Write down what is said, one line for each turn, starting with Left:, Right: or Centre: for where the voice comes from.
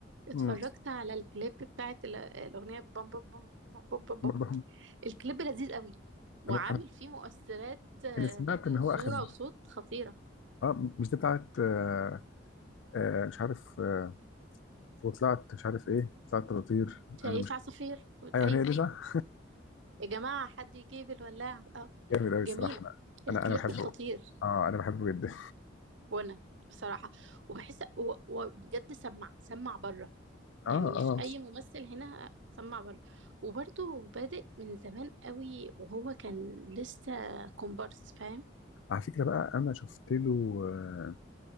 Right: اتفرجت
Left: امم
Right: على الكليب بتاعت ال- الاغنيه بام بام بام بام بام بام
Left: برضه
Right: بام
Left: هم-
Right: دي الكليب لذيذ قوي وعامل
Left: انا انا
Right: فيه مؤثرات آه،
Left: انا سمعت ان هو
Right: صوره
Left: اخد
Right: وصوت خطيره
Left: اه مش دي بتاعت آه آه مش عارف آه وطلعت مش عارف ايه طلعت تطير
Right: شايف
Left: انا مش
Right: عصافير
Left: ايوه
Right: ايوه
Left: هي دي صح
Right: يا جماعة حد يجيب الولاعة
Left: <laughs>
Right: اه
Left: جامد قوي الصراحه
Right: جميلة
Left: انا
Right: الكليب
Left: انا انا بحبه
Right: خطير
Left: اه انا بحبه جدا
Right: وانا بصراحة وبحس و- وبجد سمع سمع بره
Left: اه
Right: يعني مش
Left: اه
Right: اي ممثل هنا سمع بره وبرضه بادئ من زمان قوي وهو كان لسه كومبارس فاهم
Left: على فكره بقى انا شفت له آه،